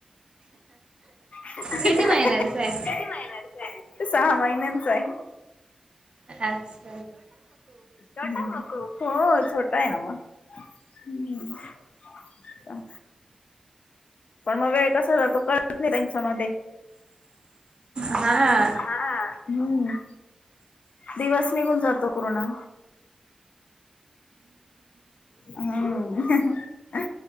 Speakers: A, on the left; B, on the right.
A: हि हि हि
B: किती
A: हि
B: महिन्याच
A: किती
B: आहे
A: महिन्यांचाय? सहा महिन्यांचाय.
B: अच्छ
A: हो. छोटाय ना म हं चा पण मग वेळ कसा जातो कळत नाही त्यांच्यामध्ये.
B: हा
A: हा हम्म दिवस निघून जातो. पूर्ण हम्म हं हं